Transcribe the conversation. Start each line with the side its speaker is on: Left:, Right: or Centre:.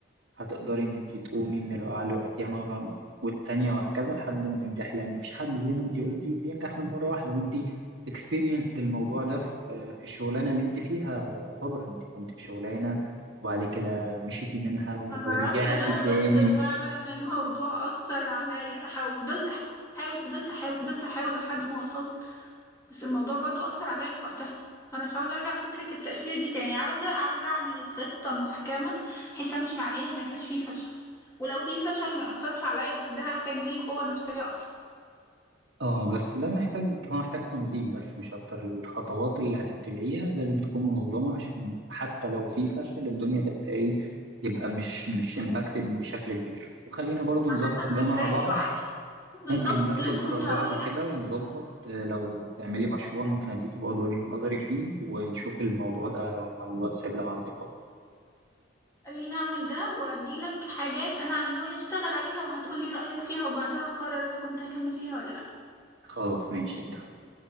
Right: هتقدري إن أنت تقومي من الوقعة اللي وقعتيها مرة والتانية وهكذا لحد ما تنجحي لأن مفيش حد زي ما أنت قلتي بينجح من مرة واحدة وأنت experienced الموضوع ده في في الشغلانة اللي أنت فيها يعتبر أنت كنت في شغلانة وبعد كده مشيتي منها ورجعتي
Left: أنا جربت ده
Right: تاني
Left: بس فعلا الموضوع أثر عليا أنا حاول- فضلت أحاول فضلت أحاول فضلت أحاول لحد ما وصلت بس الموضوع برضو أثر عليا في وقتها فأنا مش عاوزة أرجع لفكرة التأثير دي تاني عاوزة عاوزة أعمل خطة محكمة بحيث أمشي عليها ما يبقاش فيه فشل ولو فيه فشل ما يأثرش عليا بس ده هحتاج ليه قوة نفسية أصلا
Right: اه بس ده محتاج هو محتاج تنظيم بس مش اكتر الخطوات اللي هتتبعيها لازم تكون منظمة عشان حتى لو في فشل الدنيا تبقى ايه يبقى مش مش امباكتد بشكل كبير وخلينا برضو
Left: أنا
Right: نظبط
Left: حاسة إنك
Right: ده مع
Left: راسي
Right: بعض
Left: وعقلي بالظبط
Right: ممكن ناخد
Left: لسه كنت
Right: آراء بعض
Left: هقول لك
Right: كده ونظبط آه، لو تعملي مشروع ممكن اديكي برضو وجهة نظري فيه ونشوف الموضوع ده على الواتساب لو عندك وقت
Left: قال لي نعمل ده وأدي لك حاجات أنا ناوية أشتغل عليها وهتقولي رأيك فيها وبعدها أقرر إذا كنت هكمل فيها ولا لأ
Right: خلاص ماشي ده